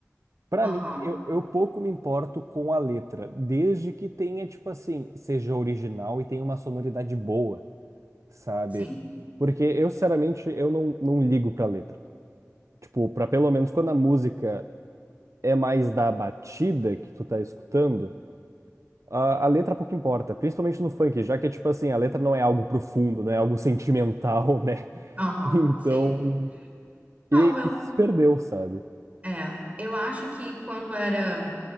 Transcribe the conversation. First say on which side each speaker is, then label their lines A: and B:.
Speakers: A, on the right (about 70°); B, on the right (about 25°).
A: Pra
B: Aham,
A: mim, eu, eu pouco me importo com a letra, desde que tenha, tipo assim, seja original e tenha uma sonoridade boa, sabe?
B: sim.
A: Porque eu, sinceramente, eu não, não ligo pra letra. Tipo, pra pelo menos quando a música é mais da batida que tu tá escutando, a, a letra pouco importa, principalmente no funk, já que, tipo assim, a letra não é algo profundo, não é algo sentimental, né? <laughs>
B: Aham,
A: Então,
B: sei. Não,
A: e,
B: eu.
A: e se perdeu, sabe?
B: É, eu acho que quando era.